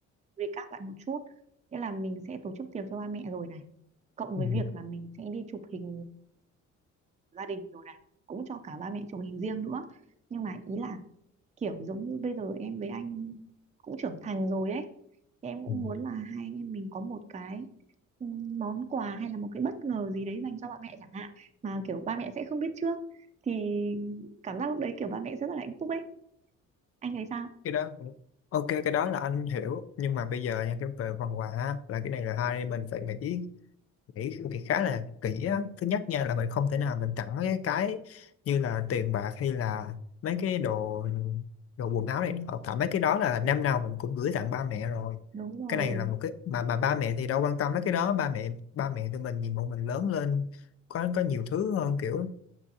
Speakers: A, on the right; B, on the left.
A: recap lại một chút nghĩa là mình sẽ tổ chức tiệc cho ba mẹ rồi này cộng
B: ừ.
A: với việc là mình sẽ đi chụp hình gia đình rồi này cũng cho cả ba mẹ chụp hình riêng nữa nhưng mà ý là kiểu giống như bây giờ em với anh cũng trưởng thành rồi ấy thì em cũng
B: Ừ.
A: muốn là hai anh em mình có một cái ừ, món quà hay là một cái bất ngờ gì đấy dành cho ba mẹ chẳng hạn mà kiểu ba mẹ sẽ không biết trước thì cảm giác lúc đấy kiểu ba mẹ sẽ rất là hạnh phúc ấy anh thấy sao
B: cái đó ok cái đó là anh hiểu nhưng mà bây giờ nha cái về phần quà á, là cái này là hai anh em mình phải nghĩ nghĩ nghĩ khá là kỹ á. thứ nhất nha là mình không thể nào mình tặng mấy cái cái như là tiền bạc hay là mấy cái đồ đồ quần áo này hoặc tại mấy cái đó là năm nào mình cũng gửi tặng ba mẹ rồi
A: đúng rồi
B: cái này là một cái mà mà ba mẹ thì đâu quan tâm mấy cái đó ba mẹ ba mẹ tụi mình nhìn bọn mình lớn lên có có nhiều thứ hơn kiểu